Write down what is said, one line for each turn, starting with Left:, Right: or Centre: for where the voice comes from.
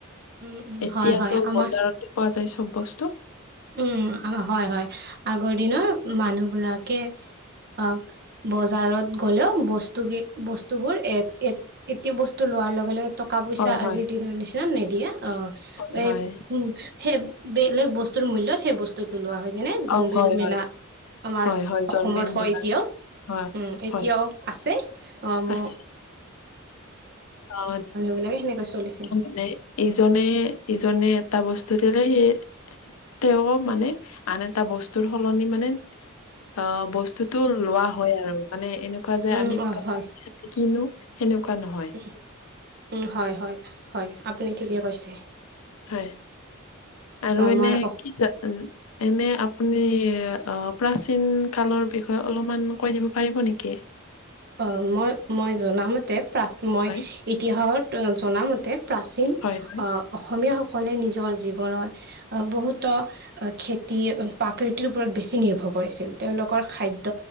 Right: উম, উম,
Left: এতিয়াতো
Right: হয়, হয়, আমাৰ
Left: বজাৰতে পোৱা যায় চব বস্তু।
Right: উম হয় হয়, আগৰ দিনৰ মানুহবিলাকে অ বজাৰত গ'লেও বস্তু কি বস্তুবোৰ এ এ এটি বস্তু ল পোৱাৰ লগে লগে। টকা পইচা
Left: হয়, হয়,
Right: আজিৰ দিনৰ নিচিনা নিদিয়া, অ
Left: হয়,
Right: এ
Left: হয়।
Right: উম সেই বেলেগ বস্তু টোৰ মূল্যত সেই বস্তুটো লোৱা হয়। যেনে জোনবিল
Left: অ', হয়,
Right: মেলা
Left: হয়,
Right: আমাৰ
Left: হয়, হয়, জোনবিল
Right: অসমত হয়
Left: মেলা
Right: এতিয়াও।
Left: হয়,
Right: উম এতিয়াও
Left: হয়,
Right: আছে অ মো
Left: আছে। অ,
Right: বিলাকে সেনেকৈ চলিছিল
Left: মানে ইজনে ইজনে এটা বস্তু দিলে, সেই তেওঁ মানে আন এটা বস্তুৰ সলনি মানে আহ বস্তু স্তুটো লোৱা হয় আৰু মানে এনেকুৱা যে
Right: উম,
Left: আমি
Right: অ'
Left: টকা
Right: হয়
Left: পইচাতে কিনো সেনেকুৱা নহয়।
Right: উম, উম, হয় হয় হয় আপুনি ঠিকে কৈছে।
Left: হয় আৰু
Right: আমাৰ
Left: এনে
Right: অস
Left: কি জা এনে আপুনি অহ প্ৰাচীন কালৰ বিষয়ে অলমান কৈ দিব পাৰিব নেকি?
Right: অ' মই মই জনামতে প্ৰা মই
Left: হয়।
Right: ইতিহাসত জনামতে প্ৰাচীন
Left: হয়, হয়।
Right: অ অসমীয়া সকলে নিজৰ জীৱনত বহুতো খেতি প্ৰাকৃতিৰ ওপৰত বেছি নিৰ্ভৰ কৰিছিল। তেওঁলোকৰ খাদ্য